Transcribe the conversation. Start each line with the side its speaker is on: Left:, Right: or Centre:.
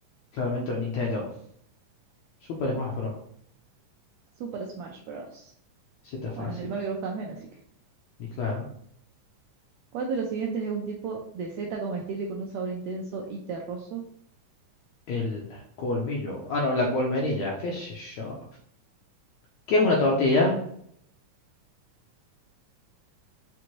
Left: Claramente Nintendo. Super Smash Bros.
Right: Super Smash Bros.
Left: Sí, está fácil.
Right: Bueno, el Mario Bros también, así que.
Left: Y claro,
Right: ¿Cuál de los siguientes es un tipo de seta comestible con un sabor intenso y terroso?
Left: el colmillo. Ah, no, la colmenilla. ¿Qué sé yo? ¿Qué es una tortilla?